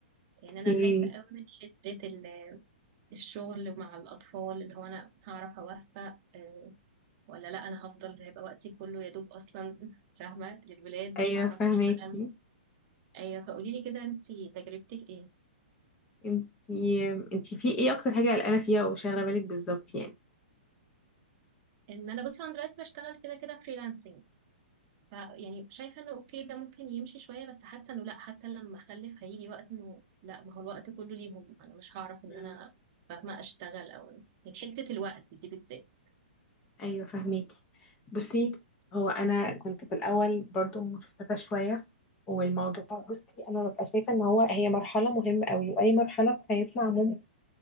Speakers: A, on the right; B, on the left.
A: يعني انا
B: ايه
A: خايفة قوي من حتة ال- الشغل مع الاطفال اللي هو انا هعرف اوفق آه ولا لا انا هفضل هيبقى وقتي كله يا دوب اصلا فاهمة للولاد
B: ايوه
A: مش هعرف
B: فهماكي
A: اشتغل ايوه فقولي لي كده انتي تجربتك ايه؟
B: انتي انتي في ايه اكتر حاجه قلقانه فيها وشاغله بالك بالظبط يعني
A: ان انا بصي انا دلوقتي بشتغل كده كده فريلانسنج ف يعني شايفه انه اوكي ده ممكن يمشي شويه بس حاسه انه لا حتى لما اخلف هيجي وقت انه لا ما هو الوقت كله ليهم انا مش هعرف ان
B: مم.
A: انا فاهمه اشتغل او يعني حته الوقت دي بالذات
B: ايوه فهماكي بصي هو انا كنت في الاول برضو مشتته شويه والموضوع بصي انا ببقى شايفه ان هو هي مرحله مهمه قوي واي مرحله في حياتنا عموما